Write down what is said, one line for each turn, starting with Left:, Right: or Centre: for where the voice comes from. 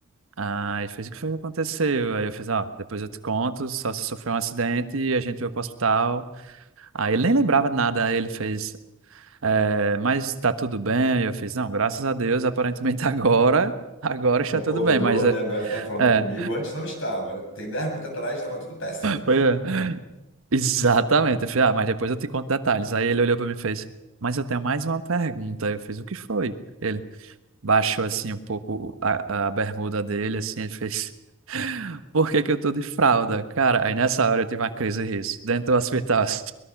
Right: aí fez o que foi que aconteceu? Aí eu fiz, ó, depois eu te conto, só se sofreu um acidente e a gente veio pro hospital. Aí ele nem lembrava de nada, aí ele fez, é, mas tá tudo bem? Aí Eu fiz, não, graças a Deus, aparentemente <laughs> agora, agora está
Left: Você acordou,
Right: tudo bem, mas
Left: né?
Right: é,
Left: Agora você tá falando
Right: é,
Left: comigo. Antes não estava. Tem 10 minutos atrás estava tudo péssimo.
Right: foi, é." Exatamente. Eu falei, ah, mas depois eu te conto detalhes. Aí ele olhou para mim e fez, mas eu tenho mais uma pergunta. Aí Eu fiz, o que foi? Ele baixou assim um pouco a, a bermuda dele, assim, ele fez, <laughs> por que que eu tô de fralda? Cara, aí nessa hora eu tive uma crise de riso, dentro do hospital. assim.